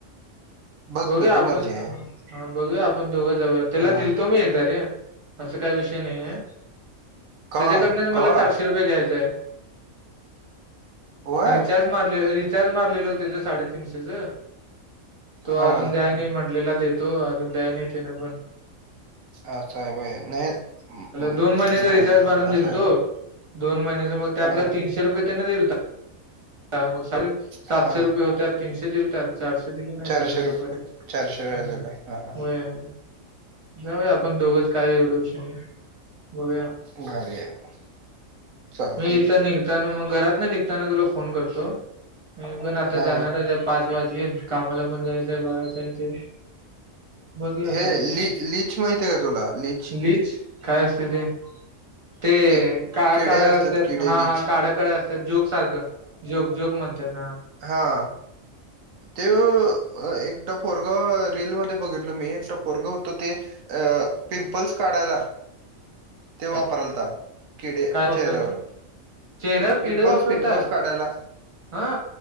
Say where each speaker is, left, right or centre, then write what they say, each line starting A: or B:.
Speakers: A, on the right; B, on the right.
A: बघ
B: बघुया
A: तुझी
B: आपण.
A: मर्जी आहे.
B: हा बघूया आपण दोघं जाऊया. त्याला
A: हा
B: दिलतो मी एकदा रे असं काय विषय नाही आहे.
A: कवा
B: त्यांच्याकडन मला
A: कवा
B: चारशे रुपये घ्यायचांय.
A: व्हय
B: रिचार्ज मारले रिचार्ज मारलेलो तेच साडेतीनशेच. तो
A: हा
B: अजून द्या नाही म्हटलेला देतो. अजून द्याय नाही तेन पन.
A: असं हाय व्हय नाही म.
B: दोन महिन्याचा
A: भारी
B: रिचार्ज
A: आहे.
B: मारून दिलतो.
A: असं आहे व्हय
B: दोन महिन्याचा मग त्यातलं
A: हा
B: तीन शे रुपये तेन दिलता मग <unintelligible> सातशे
A: हा
B: रुपये होत्यात तीनशे दिलता चारशे दिले नाहीत
A: चारशे
B: अजून
A: रुपये
B: परत.
A: चारशे <unintelligible> राहिले
B: हम्म.
A: हा हा.
B: होय. जाऊया आपण दोघंच काय एवढं विषय नाही. बघुया
A: भारी आहे मग चालतंय
B: इथं निघता न
A: की.
B: मग घरातन निघ निघतांना तुला फोन करतो मी पण आता
A: हा
B: जाणार आहे ज पाच वाजलेत कामाला पण जायचंय बाहेर जायचंय. बघूया
A: हे
B: काय ते
A: लि लिच माहिती आहे का तुला लिच?
B: लीच काय असतय ते? ते
A: कि
B: काळं
A: किडे
B: काळ असतात
A: किडे
B: हा
A: लीच
B: हा काळ्या काळ असतात जोक सारखं जोक जोक म्हणत त्यांना
A: हां. ते एकटं पोरगा रीलमध्ये बघितलो मी एकटं पोरगा होत ते अ पिंपल्स काढायला ते
B: काय
A: वापरालता. किडे
B: काय वापरलता
A: चेहऱ्यावर
B: चेहऱ्यावर
A: पिंपल्स
B: किड वापरलता
A: पिंपल्स काढायला.
B: हा